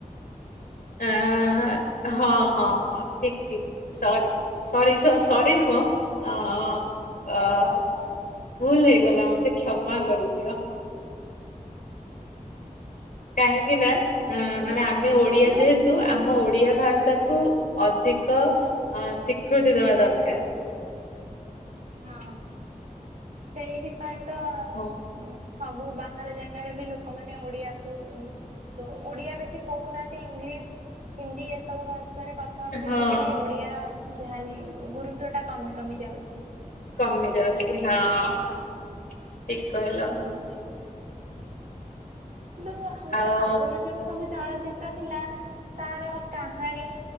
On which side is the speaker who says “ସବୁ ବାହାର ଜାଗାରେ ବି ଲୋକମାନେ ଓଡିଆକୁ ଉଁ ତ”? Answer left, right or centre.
Right